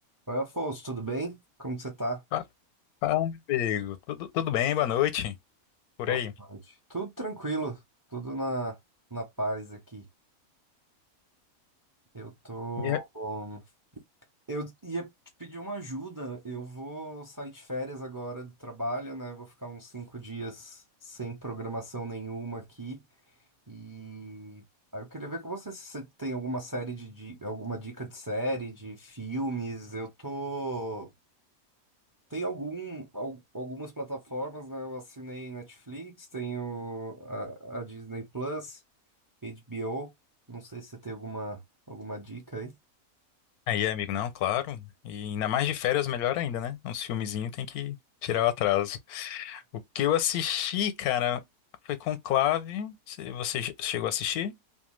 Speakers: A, on the right; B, on the left.
A: Oi, Afonso, tudo bem? Como que você tá?
B: Fa- Fala, meu amigo. Tudo, tudo bem? Boa noite. Por
A: Boa
B: aí.
A: tarde. Tudo tranquilo, tudo na, na paz aqui. Eu tô.
B: E a-
A: um, eu ia te pedir uma ajuda. Eu vou sair de férias agora do trabalho, né? Vou ficar uns cinco dias sem programação nenhuma aqui. E aí eu queria ver com você se você tem alguma série de, di- alguma dica de série, de filmes. Eu tô. Tem algum, al- algumas plataformas, né? Eu assinei Netflix, tenho a, a Disney Plus, HBO. Não sei se você tem alguma, alguma dica aí.
B: aí, amigo, não, claro. E ainda mais de férias, melhor ainda, né? Uns filmezinhos tem que tirar o atraso. O que eu assisti, cara, foi Conclave. Você, você che- chegou a assistir?